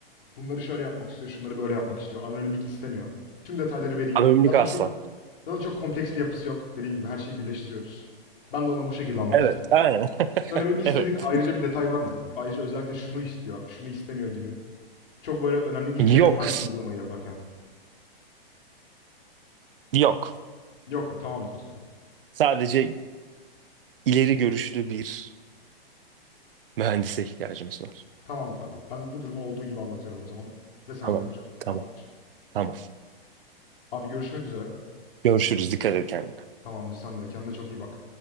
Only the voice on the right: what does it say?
Anonimlik
asla.
Evet, aynen. <laughs>
Evet.
Yok.
Yok.
Sadece ileri görüşlü bir mühendise ihtiyacımız var.
Tamam.
Tamam.
Tamam.
Görüşürüz. Dikkat et kendine.